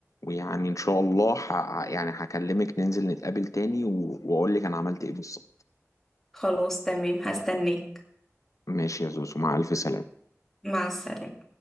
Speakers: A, on the left; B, in the centre.
A: ويعني ان شاء الله ح... يعني هكلمك ننزل نتقابل تاني و... واقول لك انا عملت ايه بالظبط
B: خلاص تمام هستناك
A: ماشي يا زوزو مع الف سلامة
B: مع السلامة